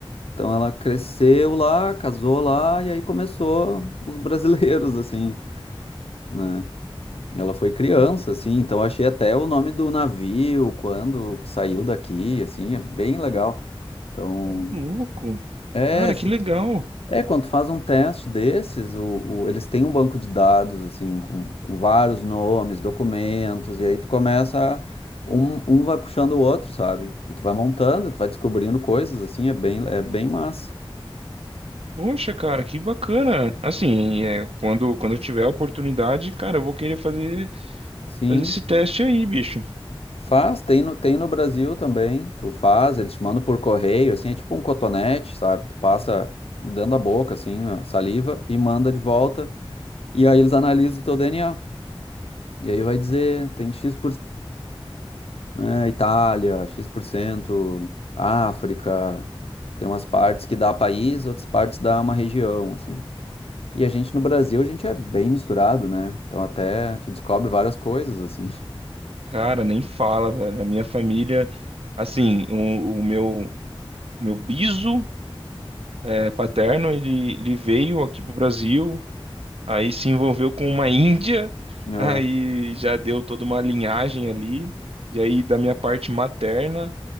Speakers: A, on the left; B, on the right.
A: Então ela cresceu lá, casou lá, e aí começou os brasileiros, <laughs> assim, né? Ela foi criança,
B: Cara,
A: assim, então eu achei até o nome do navio, quando que saiu daqui, assim, é bem legal. Então,
B: ô louco.
A: é,
B: Cara, que legal.
A: É, quando tu faz um teste desses, o, o- eles têm um banco de dados, assim, com, com vários nomes, documentos, e aí tu começa, a- um, um vai puxando o outro, sabe? E tu vai montando, tu vai descobrindo coisas, assim, é bem, é bem massa.
B: Poxa, cara, que bacana. Assim, é, quando, quando eu tiver a oportunidade, cara, eu vou querer fazer,
A: Sim,
B: fazer esse teste aí, bicho.
A: faz, tem no, tem no Brasil também, tu faz, eles te mandam por correio, assim, é tipo um cotonete, sabe? Tu passa dentro da boca, assim, a saliva, e manda de volta, e aí eles analisam o teu DNA. E aí vai dizer, tem X% né, Itália, X%, por cento, África. Tem umas partes que dá país, outras partes dá uma região, assim. E a gente no Brasil, a gente é bem misturado, né? Então até tu descobre várias coisas, assim. <laughs>
B: Cara, nem fala, velho. A minha família, assim, o, o meu, o meu biso é, paterno, ele, ele veio aqui pro Brasil, aí se envolveu com uma índia, <laughs>
A: É,
B: aí já deu toda uma linhagem ali. E aí, da minha parte materna,